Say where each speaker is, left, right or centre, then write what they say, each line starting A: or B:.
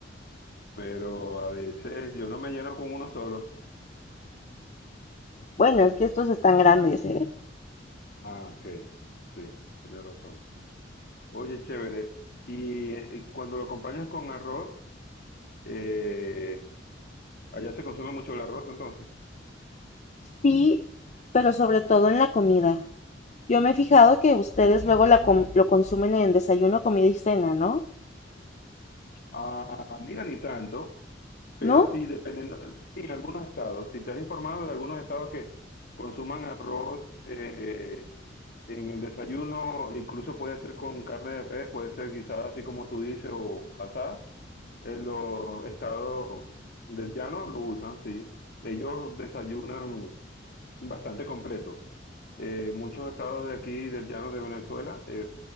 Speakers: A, on the left; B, on the left.
A: pero a veces yo no me lleno con uno solo.
B: bueno, es que estos están grandes, ¿eh?
A: Ah, ok. Sí, tienes razón. Oye, chévere. Y eh, cuando lo acompañas con arroz, Eh, allá se consume mucho el arroz, entonces.
B: Sí, pero sobre todo en la comida. Yo me he fijado que ustedes luego la com- lo consumen en desayuno, comida y cena, ¿no?
A: Ah, mira, ni tanto, pero
B: ¿No?
A: sí, dependiendo, sí, en algunos estados. Si te has informado de algunos estados que consuman arroz, eh, En el desayuno, incluso puede ser con carne de res, puede ser guisada así como tú dices o asada. En los estados del llano lo usan, sí. Ellos desayunan bastante completo. Eh, muchos estados de aquí, del llano de Venezuela, eh,